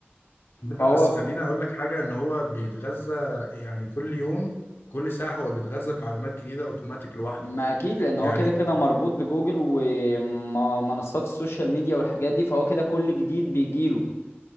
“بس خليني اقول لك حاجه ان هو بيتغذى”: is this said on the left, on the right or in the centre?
Left